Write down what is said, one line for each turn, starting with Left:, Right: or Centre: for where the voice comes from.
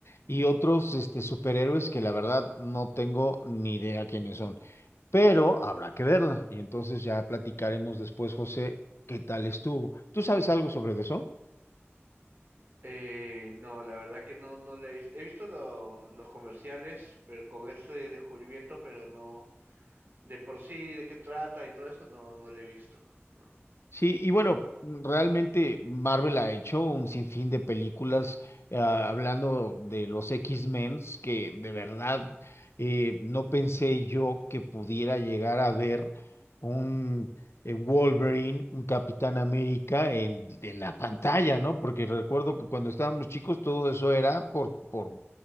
Left: y otros este, superhéroes que la verdad no tengo ni idea quiénes son pero habrá que verla y entonces ya platicaremos después, José, qué tal estuvo. ¿Tú sabes algo sobre eso?
Right: Eh, no, la verdad que no, no le he visto. He visto lo- los comerciales, pero con ese descubrimiento, pero no, de por sí, de qué trata y todo eso, no, no le he visto. No,
Left: Sí, y bueno, mm, realmente Marvel ha hecho un sinfín de películas eh, hablando de los X-Men que de verdad eh, no pensé yo que pudiera llegar a ver un eh, Wolverine, un Capitán América en, en la pantalla, ¿no? Porque recuerdo que cuando estábamos chicos todo eso era por, por